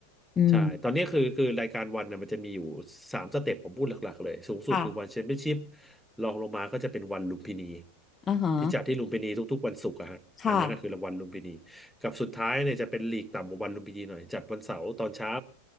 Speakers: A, on the left (about 20°); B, in the centre.
A: อืม
B: ใช่ตอนนี้คือคือรายการวันน่ะมันจะมีอยู่สามสเต็ปผมพูดหลักๆเลยสูงสุดคือวันแชมเปี้ยนชิพ
A: ค่ะ
B: รองลงมาก็จะเป็นวันลุมพินี
A: อ่าฮะ
B: ที่จัดที่ลุมพินีทุกๆวันศุกร์อะฮะอันนั้นก็คือรางวัลลุมพินี
A: ค่ะ
B: กับสุดท้ายเนี่ยจะเป็นลีกต่ำกว่าวันลุมพินีหน่อยจัดวันเสาร์ตอนเช้า